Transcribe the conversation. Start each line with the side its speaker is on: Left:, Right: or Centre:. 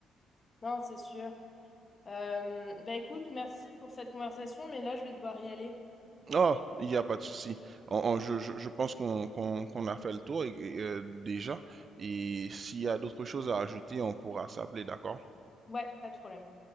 Left: Non, c'est sûr. Euh, bah écoute, merci pour cette conversation, mais là, je vais devoir y aller.
Right: Non, il n'y a pas de souci. On- on- je, je- je pense qu'on qu'on- qu'on a fait le tour et- et, euh, déjà. Et s'il y a d'autres choses à ajouter, on pourra s'appeler, d'accord?
Left: Ouais, pas de problème.